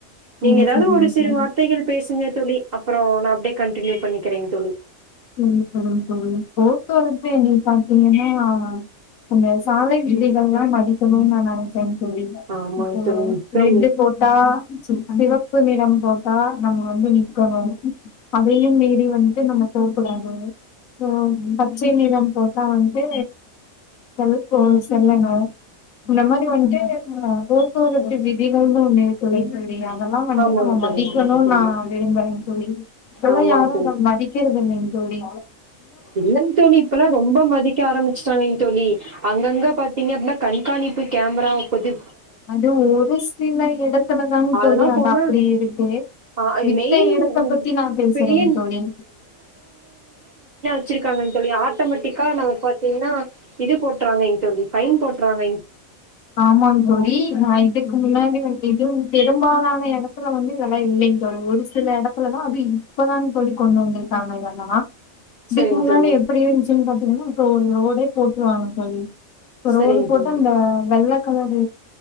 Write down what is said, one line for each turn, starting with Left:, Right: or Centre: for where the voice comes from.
Left: சரி
Right: நீங்க எதாது
Left: சரிங்க
Right: ஒரு சிறு
Left: தோழி
Right: வார்த்தைகள் பேசுங்க தோழி அப்றோ நா அப்டியே கண்டினியூ பண்ணிக்கிறேங்க தோளி
Left: உம் சொல்லுங்க சொல்லுங்க போக்குவரத்து எங்களுக்கு பாத்தீங்கன்னா அந்த சாலை விதைகள் எல்லா மதிக்கணுனு நா நெனப்பே தோளி
Right: ஆமாங்
Left: இப்போ
Right: தோழி மிக்க
Left: ரெட்டு போட்டா சிவப்பு நிறம் போட்ட நம்ம வந்து நிக்கனும் அதையும் மீறி வந்துட்டு நம்ம போக்கூடாது அப்ரோ பச்சை நீறம் போட்டா வந்துட்டு செல் செல்லணும் இந்த மாரி வண்டு போக்குவரத்து விதிகள்னு ஒண்ணு இருக்குலிங்களா அதெல்லா வண்டு
Right: ஆமாங்க
Left: நம்ம
Right: தோழி
Left: மதிக்கணுனு
Right: ஆமாங்க தோழி
Left: நா விரும்புறேங்க தோளி இப்பேல்லா
Right: ஆமாங்க
Left: யாரு அத மதிக்க இல்லேங் தோளி
Right: இல்லேங் தோளி இப்பெல்லா ரொம்ப மதிக்க ஆரம்பிச்சுட்டாங்க தோளி அங்கங்க பாத்தீங்கப்டினா அப்பிடின்னா கண்காணிப்பு கேமராப்பது
Left: அது ஒரு சில இடத்துலதாங்
Right: அதெல்லா
Left: தோழி அது
Right: போனா
Left: அப்படி இருக்கு
Right: ஆ
Left: மித்த
Right: மெயின்
Left: எடத்த பத்தி நா பேசுறேங்க
Right: பெரிய
Left: தோழி
Right: வெச்சிருக்காங்க தோளி ஆட்டோ மேட்டிக்கா நமக்கு பாத்தீங்கன்னா இது போட்டு போட்ராங்க தோளி பயின் போட்றாங்க
Left: ஆமாங் தோளி நா இதுக்கு முன்னாடி வந்துட்டு பெரும்பாலான எடத் எடத்துல வந்து இதெல்லா இல்லைங்க தோளி ஒரு சில எடத்துலல்லா அது இப்பதாங்க தோளி கொண்டு வந்திருக்காங்க தோளி இதெல்லா இதுக்கு
Right: சரிங்க
Left: முன்னாடி
Right: தோழி
Left: எப்பிடி இருஞ்சின்னு பாத்திங்கென தெருமுளுக்கா ரோடே போட்டுருவாங்க தோளி ரோடு
Right: சரிங்க
Left: போட்டா
Right: தோழி
Left: ஆ நல்ல அதாவது